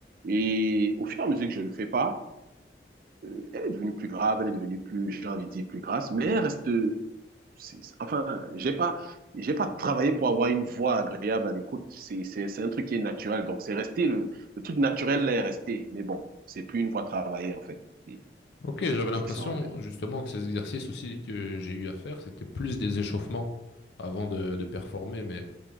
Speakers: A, on the right; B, on the left.
A: Et au fur et à mesure que je ne le fais pas, euh, elle est devenue plus grave, elle est devenue plus, j'ai envie de dire, plus grasse, mais elle reste. euh, c'est- c'est- Enfin, j'ai pas, j'ai pas travaillé pour avoir une voix agréable à l'écoute. C'est, c'est, c'est un truc qui est naturel. Donc, c'est resté, le, le truc naturel là est resté. Mais bon, c'est plus une voix travaillée, en fait. C'est
B: Ok, j'avais l'impression
A: c'est ça, en fait.
B: justement que ces exercices aussi que j'ai eu à faire, c'était plus des échauffements avant de, de performer, mais